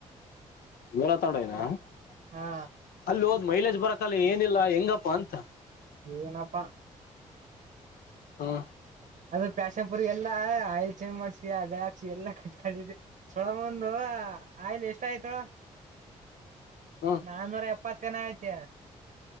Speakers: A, on the left (about 65°); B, on the right (about 55°).
A: <unintelligible>
B: ಹಾ.
A: ಅಲ್ಲಿ ಹೋದ್ ಮೈಲೇಜ್ ಬರಕ್ಕಲ್ಲ ಏನಿಲ್ಲ ಹೆಂಗಪ್ಪಾ ಅಂತ
B: ಏನಪ್ಪ.
A: ಹಾ
B: ಅದು ಪ್ಯಾಶನ್ ಪುರಿ ಎಲ್ಲಾ ಆಯಿಲ್ ಚೇಂಜ್ ಮಾಡ್ಸಿಡಾಕ್ಸಿ ಎಲ್ಲ ಕಸಿದತಿ ಸೊಳ ಮಗಂದು ಒಂದು ಆಯಿಲ್ ಎಷ್ಟ ಆಗ್ಯಾತೆ ಹೇಳು
A: ಹ್ಮ್
B: ನಾನೂರ ಎಪ್ಪತ್ ಮತ್ತೇನ್ ಆಗೇತಿ